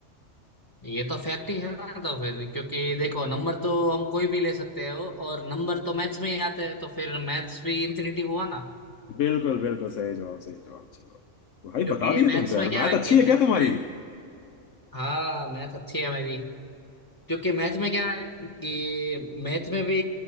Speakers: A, on the left (about 15°); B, on the left (about 80°).
A: ये तो फैक्ट ही है ना तो फिर क्योंकि देखो नंबर तो हम कोई भी ले सकते हो और नंबर तो मैथ्स में ही आते हैं तो फिर मैथ्स भी इन्फिनिटी हुआ ना
B: बिल्कुल बिल्कुल सही जवाब सही जवाब चलो भाई
A: क्योंकि
B: बता दिए
A: मैथ्स
B: तुम तो यार
A: में क्या
B: मैथ
A: है कि
B: अच्छी
A: मैथ्स
B: है क्या तुम्हारी
A: में हाँ मैथ अच्छी है मेरी क्योंकि मैथ में क्या है कि मैथ में भी